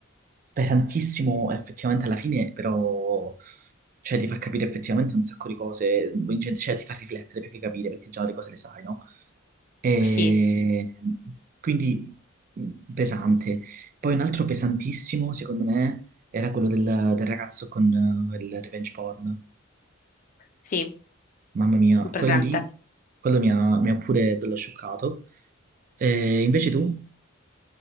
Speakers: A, on the right; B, on the left.
A: pesantissimo effettivamente alla fine, però cioè, ti fa capire effettivamente un sacco di cose, in gen- cioè ti fa riflettere più che capire perché già le cose le sai, no? E
B: sì,
A: quindi mh, pesante. Poi un altro pesantissimo, secondo me, era quello del, del ragazzo con eh, il revenge porn.
B: sì,
A: Mamma mia,
B: presente.
A: quello lì, quello mi ha, mi ha pure bello scioccato. E invece tu?